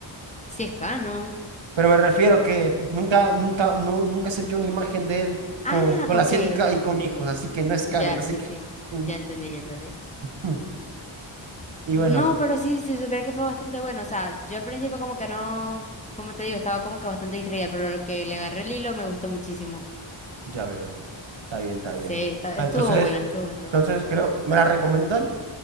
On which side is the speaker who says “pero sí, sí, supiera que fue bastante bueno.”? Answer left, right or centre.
Left